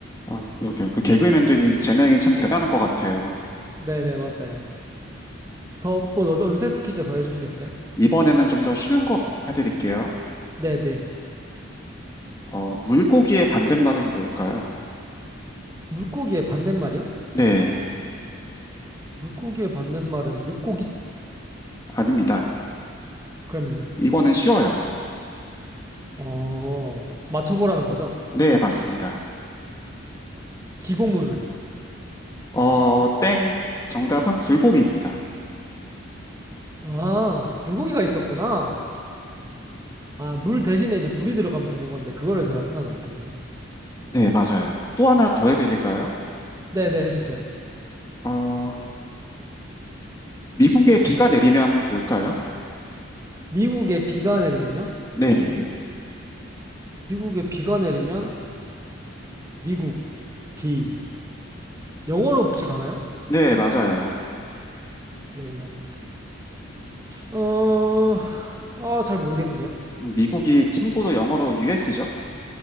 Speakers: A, on the left (about 15°); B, on the right (about 15°).
A: 아, 그, 그, 그 개그맨들이 재능이 참 대단한 것 같아요.
B: 네네, 맞아요. 더, 뭐, 넌- 센스 퀴즈 더 해주시겠어요?
A: 이번에는 좀 더 쉬운 거 해드릴게요.
B: 네네.
A: 어, 물고기의 반대말은 뭘까요?
B: 물고기의 반대말이요?
A: 네,
B: 물고기의 반대말은 육고기?
A: 아닙니다.
B: 그러면요?
A: 이거는 쉬워요.
B: 어, 맞춰보라는 거죠?
A: 네, 맞습니다.
B: 기고물.
A: 어, 땡. 정답은 불고기입니다.
B: 아, 불고기가 있었구나. 아, 물 대신에 이제 불이 들어가면 되는 건데 그거를 제가 생각을 못했네요.
A: 네, 맞아요. 또 하나 더 해드릴까요?
B: 네네, 해주세요.
A: 어, 미국에 비가 내리면 뭘까요?
B: 미국에 비가 내리면요?
A: 네,
B: 미국에 비가 내리면 미국 비. 영어로 혹시 가나요?
A: 네, 맞아요.
B: 레인 아메리카. 어, 아, 잘 모르겠는데요.
A: 미국이 참고로 영어로 US죠?